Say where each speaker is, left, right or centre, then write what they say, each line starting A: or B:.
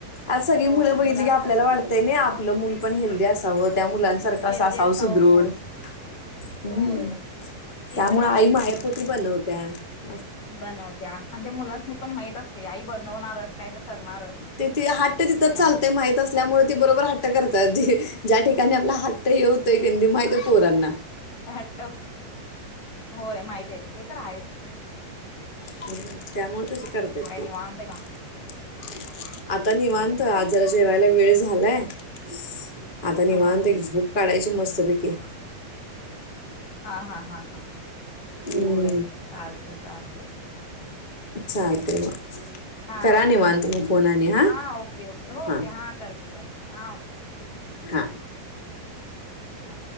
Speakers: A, on the left; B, on the left.
A: आज सगळी
B: होय
A: मुलं बघितली
B: मुलांसाठी
A: की आपल्याला वाटतय ना आपलं मूल पण हेल्दी असावं. त्या मुलांसारखा
B: हेल्दी
A: असावं सुदृढ
B: हो
A: <unintelligible>
B: होय ते
A: त्यामुळे
B: तर आहेच
A: आई मायेपोटी बनवली. त्या <inaudible>
B: बनवत्या ते मुलासनी पण माहित असतय आई बनवणारच काय तर? करणारच
A: तिथ हाठ तिथंच
B: त्यामुळे
A: चालतय माहित असल्यामुळे बरोबर हट्ट करतात ज्या ठिकाणी आपला हट्ट <unintelligible> माहीत आहे पोरांना.
B: हट्ट होय माहित <unintelligible> ते तर आहे
A: हम् <unintelligible> त्यामुळे तशी करतात
B: काय
A: ते
B: निवांत
A: <inaudible>
B: आहे
A: आता निवांत
B: होय
A: आज जेवायला. वेळ झालाय <inaudible> आता निवांत
B: हा हा हा
A: एक झोप काढायची. <inaudible> मस्त पैकी झो
B: हा हा हा हा हां
A: हम्म,
B: होय चालते चालते ठीक
A: चालते
B: आहे.
A: मग
B: हा
A: करा निवांत
B: ठीक आहे
A: मग फोन आणि हां
B: हा ओके ओके होके
A: हां
B: हा करते करते. हा ओ
A: <inaudible> हा
B: हा